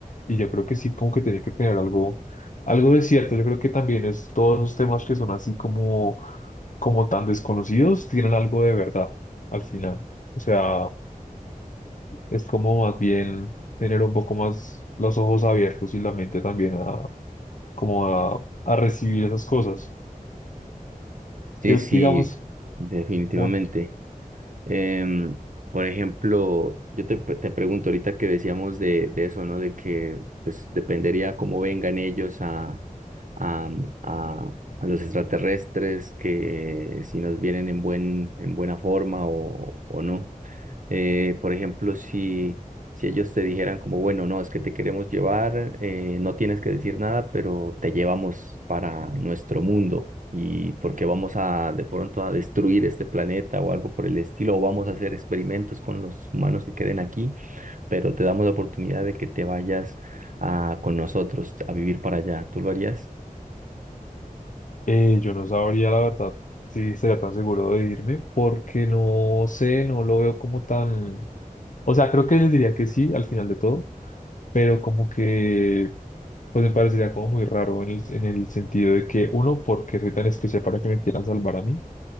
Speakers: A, on the left; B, on the right.
A: Y yo creo que sí, como que tiene que tener algo, algo de cierto. Yo creo que también es todos los temas que son así como, como tan desconocidos, tienen algo de verdad al final. O sea, es como más bien tener un poco más los ojos abiertos y la mente también a, como a, a recibir esas cosas.
B: Sí,
A: Yo,
B: sí,
A: Sí, digamos,
B: definitivamente.
A: un-
B: Em, por ejemplo, yo te, te pregunto ahorita que decíamos de, de eso, ¿no? De que pues dependería cómo vengan ellos a, a, a, a los extraterrestres, que si nos vienen en buen, en buena forma o, o no. Eh, por ejemplo, si, si ellos te dijeran como, bueno, no, es que te queremos llevar, eh, no tienes que decir nada, pero te llevamos para nuestro mundo y porque vamos a de pronto a destruir este planeta o algo por el estilo, o vamos a hacer experimentos con los humanos que queden aquí, pero te damos la oportunidad de que te vayas a, con nosotros a vivir para allá. ¿Tú lo harías?
A: Eh, yo no sabría, la verdad, si sería tan seguro de irme, porque no sé, no lo veo como tan... O sea, creo que les diría que sí al final de todo, pero como que, pues me parecería como muy raro en el, en el sentido de que, uno, porque soy tan especial para que me quieran salvar a mí,